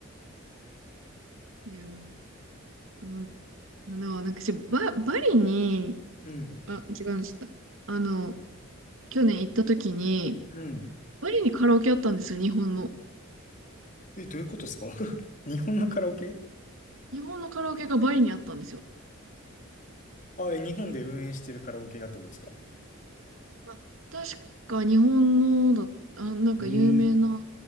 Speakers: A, on the right (about 75°); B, on the left (about 40°).
A: いや、うん、あの、なんか私、バ、バリに、
B: うん。
A: あ、違うの、ちょっと、あの、去年行った時に、
B: うん。
A: バリにカラオケあったんですよ、日本の。
B: え、どういうことですか <laughs> 日本のカラオケ
A: 日本のカラオケがバリにあったんですよ。
B: あ、え、日本で運営してるカラオケがってことですか
A: あ確か日本のだ、あ、なんか有名な、
B: ええ。